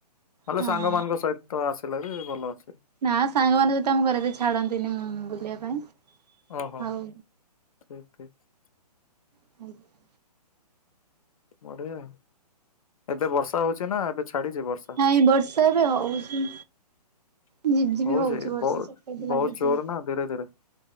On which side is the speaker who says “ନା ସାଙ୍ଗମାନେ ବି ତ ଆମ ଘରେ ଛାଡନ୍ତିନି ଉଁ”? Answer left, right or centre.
Right